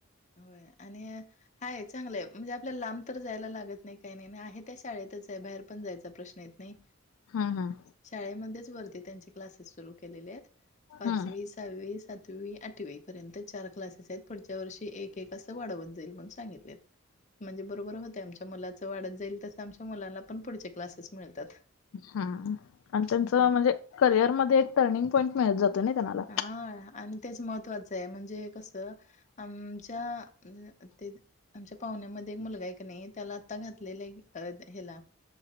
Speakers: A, on the left; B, on the left.
A: होय आणि हाय चांगलंय म्हणजे आपल्याला लांब तर जायला लागत नाय काय नाय आणि आहे त्या शाळेतच आहे बाहेर पण जायचा प्रश्न येत नाय.
B: हा हा-
A: शाळेमध्येच वरती त्यांचे क्लासेस सुरू केलेले येत पाचवी
B: हम्म
A: सहावी सातवी आठवीपर्यंत चार क्लासेस आहेत पुढच्या वर्षी एक एक असं वाढवत जाईल म्हण सांगितलेत म्हणजे बरोबर होतय आमच्या मुलाच वाढत जाईल तस आमच्या मुलांना पण पुढचे क्लासेस मिळतात.
B: हा आणि त्यांच
A: हं.
B: म्हणजे करिअर मध्ये एक टर्निंग पॉईंट मिळत जातो नाय त्यांनाला
A: हा आणि तेच महत्त्वाचं आहे. म्हणजे कसं आमच्या अ ते त आमच्या पाहुण्यामध्ये एक मुलगा हाय क नाय त्याला आत्ता घातलेलय अ हेला